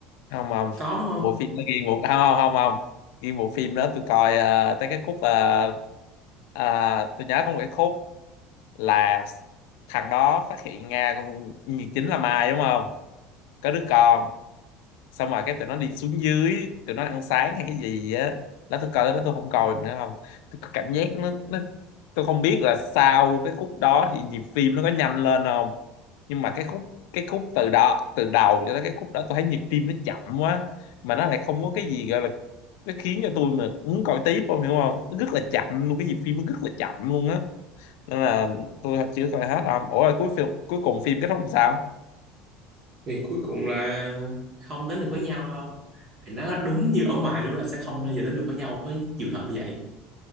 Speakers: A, on the left; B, on the right.
A: không không
B: có đúng không
A: bộ phim nó ghiêng bộ không không không không ghiêng bộ phim đó tôi coi ờ, tới cái khúc ờ, ờ, tôi nhớ có một cái khúc là thằng đó phát hiện ra con nhiệt chính là Mai đúng không có đứa con xong rồi cái tụi nó đi xuống dưới tụi nó ăn sáng hay cái gì á đó tôi coi đó tôi không coi nữa không tôi có cảm giác nó, nó tôi không biết là sau cái khúc đó thì nhịp phim nó có nhanh lên không nhưng mà cái khúc cái khúc từ đó từ đầu cho tới cái khúc đó tôi thấy nhịp tim nó chậm quá mà nó lại không có cái gì gọi là nó khiến cho tôi mà muốn coi tiếp không hiểu không nó rất là chậm luôn cái nhịp phim nó rất là chậm luôn á nên là tôi chưa coi hết không ủa rồi cuối phim cuối cùng phim kết thúc làm sao
B: thì cuối cùng là không đến được với nhau đúng không thì nó đúng như ở ngoài luôn là sẽ không bao giờ đến được với nhau với trường hợp như vậy